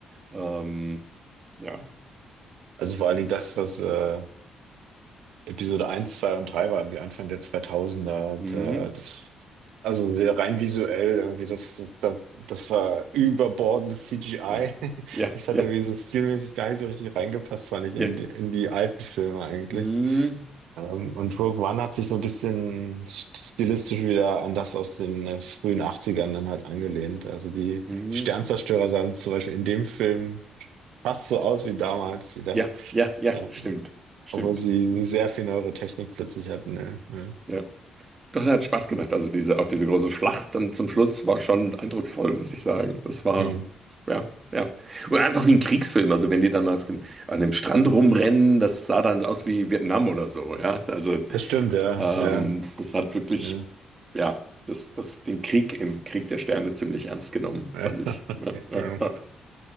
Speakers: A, on the right; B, on the right.
A: Ähm, ja.
B: Also vor allen Dingen das, was, äh, Episode eins, 2 und 3 war irgendwie Anfang der zweitausender.
A: Hm,
B: Da, das, also sehr rein visuell irgendwie, das, das, das war überbordendes CGI.
A: ja,
B: <laughs>
A: ja,
B: Das
A: ja,
B: hat irgendwie so stilmäßig gar nicht so richtig reingepasst, fand ich,
A: ja.
B: in, die- in die alten Filme eigentlich.
A: Hm,
B: Ähm, und Rogue One hat sich so ein bisschen stilistisch wieder an das aus den äh, frühen Achtzigern dann halt angelehnt. Also die,
A: hm,
B: die Sternzerstörer sahen zum Beispiel in dem Film fast so aus wie damals wieder.
A: ja, ja, ja,
B: Ähm,
A: stimmt, stimmt.
B: obwohl sie eine sehr viel neuere Technik plötzlich hatten, ne? Ja.
A: Ja. Doch, der hat Spaß gemacht. Also diese, auch diese große Schlacht dann zum Schluss war schon eindrucksvoll, muss ich sagen. Das war,
B: Hm.
A: ja, ja. Oder einfach wie ein Kriegsfilm. Also wenn die dann auf dem, an dem Strand rumrennen, das sah dann aus wie Vietnam oder so, ja. Also
B: Das stimmt, ja.
A: ähm,
B: Ja,
A: das hat wirklich,
B: ja.
A: ja, das, das, den Krieg im Krieg der Sterne ziemlich ernst genommen,
B: Ja,
A: fand
B: <laughs>
A: ich. Ja,
B: Ja,
A: ja,
B: genau.
A: ja.